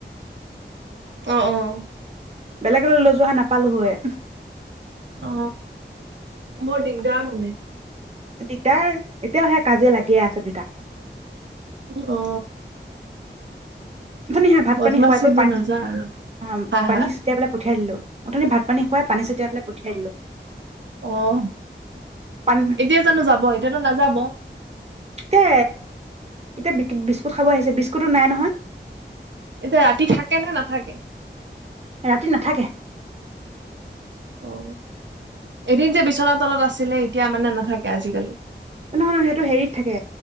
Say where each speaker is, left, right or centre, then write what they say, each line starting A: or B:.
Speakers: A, on the right (about 80°); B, on the right (about 35°).
A: অ', অ।
B: বেলেগলৈ লৈ যোৱা হয় নাপালো হয়।
A: অ বৰ দিগদাৰ মানে।
B: দিগদাৰ, এতিয়াও সে কাজিয়া লাগিয়ে আছে দুইতা।
A: অ
B: ধুনীয়া ভাত-পানী
A: বদমাচিবোৰ
B: খোৱাইকৈ পানী
A: নাযা আৰু
B: অ,
A: হা
B: পানী
A: হা
B: ছটিয়াই পেলাই পঠিয়াই দিলো, উঠুনি ভাত পানী খুৱাই পানী ছটিয়াই পেলাই পঠিয়াই দিলো।
A: অ',
B: পানী
A: এতিয়া জানো যাব, এতিয়াতো নাযাব?
B: কে এতিয়া বিস্কুট খাব আহিছে বিস্কুতো নাই নহয়।
A: এতিয়া ৰাতি থাকে নে নাথাকে?
B: ৰাতি নাথাকে।
A: অ, এদিন যে বিচনা তলত আছিলে এতিয়া মানে নাথাকে আজিকালি?
B: নহয়, সেইটো হেৰিত থাকে